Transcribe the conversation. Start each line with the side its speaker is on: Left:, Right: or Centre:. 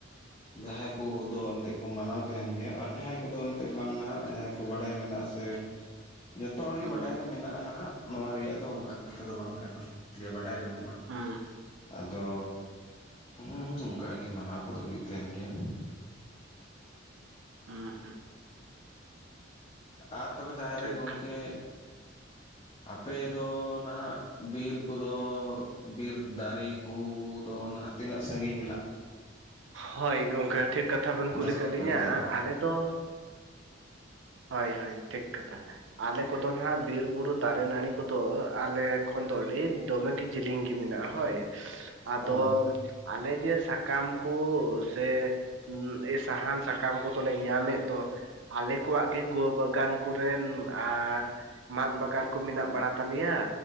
Left: ᱡᱟᱦᱟᱸᱭ ᱠᱚᱫᱚ ᱮᱱᱛᱮᱜ ᱠᱚ ᱢᱟᱱᱟᱣ ᱛᱟᱦᱮᱱ ᱜᱮᱭᱟ ᱟᱨ ᱡᱟᱦᱟᱸᱭ ᱠᱚᱫᱚ ᱮᱱᱛᱮ ᱵᱟᱝᱦᱟᱜ ᱡᱟᱦᱟᱸᱭ ᱠᱚ ᱵᱟᱰᱟᱭ ᱢᱮᱱᱟᱜᱼᱟ ᱥᱮ
Right: <inaudible>
Left: ᱡᱚᱛᱚ ᱦᱚᱲᱜᱤ
Right: ᱦᱩᱸ
Left: ᱵᱟᱰᱟᱭ ᱫᱚ ᱢᱮᱱᱟᱜᱼᱟ ᱱᱟᱦᱟᱜ ᱱᱚᱣᱟ ᱨᱮᱭᱟᱜ ᱫᱚ ᱚᱱᱠᱟᱱ ᱠᱟᱛᱷᱟ ᱫᱚ ᱵᱟᱝ ᱠᱟᱱᱟ ᱡᱮ ᱵᱟᱰᱟᱭ ᱵᱟᱹᱱᱩᱜᱼᱟ᱾
Right: ᱦᱮᱸ ᱦᱮᱸ
Left: ᱟᱫᱚ ᱦᱩᱸ ᱚᱱᱠᱟᱜᱤ ᱢᱟᱱᱟᱣ ᱠᱚᱫᱚ ᱦᱩᱭᱩᱜᱼᱟ᱾ ᱛᱟᱦᱮᱱ ᱜᱮᱭᱟ᱾
Right: ᱩᱸ ᱦᱮᱸ
Left: ᱟᱨ ᱛᱚᱵᱮ ᱛᱟᱦᱮᱸ ᱨᱮ
Right: ᱴᱷᱤᱠ
Left: ᱜᱚᱢᱠᱮ ᱟᱯᱮᱫᱚ ᱱᱟᱦᱟᱜ ᱵᱤᱨ ᱠᱚᱫᱚ ᱵᱤᱨ ᱫᱟᱨᱮ ᱠᱩᱫᱚ ᱱᱟᱦᱟᱜ ᱛᱤᱱᱟᱹᱜ ᱥᱟᱺᱜᱤᱧ ᱢᱮᱱᱟᱜ
Right: ᱦᱳᱭ ᱜᱚᱝᱠᱮ ᱴᱷᱤᱠ ᱠᱟᱛᱷᱟ ᱵᱮᱱ ᱠᱩᱞᱤ
Left: ᱫᱟᱠᱟ
Right: ᱠᱟᱫ
Left: ᱠᱚᱯᱮ
Right: ᱞᱤᱧᱟᱹ
Left: ᱟᱹᱜᱩᱭ ᱜᱮᱭᱟ ᱱᱟᱝ?
Right: ᱟᱞᱮ ᱫᱚ ᱦᱳᱭ ᱦᱳᱭ ᱴᱷᱤᱠ ᱠᱟᱛᱷᱟ᱾ ᱟᱞᱮ ᱠᱚᱫᱚ ᱱᱟᱦᱟᱜ ᱵᱤᱨ ᱵᱩᱨᱩ ᱫᱟᱨᱮ ᱱᱟᱹᱲᱤ ᱠᱚᱫᱚ ᱟᱞᱮ ᱠᱷᱚᱱ ᱫᱚ ᱟᱹᱰᱤ ᱫᱚᱢᱮᱜ ᱜᱤ ᱡᱤᱞᱤᱧ ᱜᱤ ᱢᱮᱱᱟᱜᱼᱟ ᱦᱳᱭ, ᱟᱫᱚ
Left: ᱦᱳᱭ
Right: ᱟᱞᱮ ᱡᱮ ᱥᱟᱠᱟᱢ ᱠᱩ ᱥᱮ ᱩᱸᱜ ᱥᱟᱦᱟᱱ ᱥᱟᱠᱟᱢ ᱠᱚᱫᱚᱞᱮ ᱧᱟᱢ ᱮᱫ ᱫᱚ ᱟᱞᱮ ᱠᱚᱣᱟᱜ ᱜᱮ ᱜᱚ ᱵᱟᱜᱟᱱ ᱠᱚᱨᱮᱱ ᱟᱨ ᱢᱟᱫ ᱵᱟᱜᱟᱱ ᱠᱚ ᱢᱮᱱᱟᱜ ᱵᱟᱲᱟ ᱛᱟᱞᱮᱭᱟ᱾